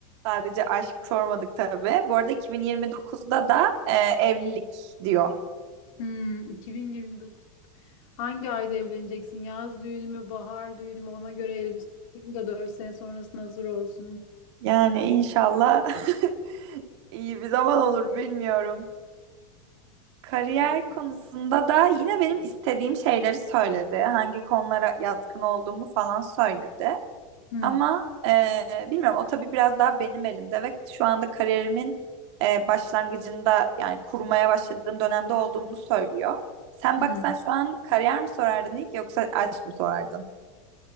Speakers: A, on the right; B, on the left.
A: Sadece aşk sormadık tabii. Bu arada 2029'da da e, evlilik diyor.
B: Hmm, 2029. Hangi ayda evleneceksin? Yaz düğünü mü, bahar düğünü mü? Ona göre elbise alayım da 4 sene sonrasında hazır olsun.
A: Yani inşallah <laughs> iyi bir zaman olur bilmiyorum. Kariyer
B: Evet.
A: konusunda da yine benim istediğim şeyleri söyledi. Hangi konulara yatkın olduğumu falan söyledi.
B: Hmm,
A: Ama eee, bilmiyorum o tabii biraz daha benim elimde ve şu anda kariyerimin eee, başlangıcında yani kurmaya başladığım dönemde olduğumu söylüyor. Sen
B: hmm.
A: baksan şu an kariyer mi sorardın ilk yoksa aşk mı sorardın?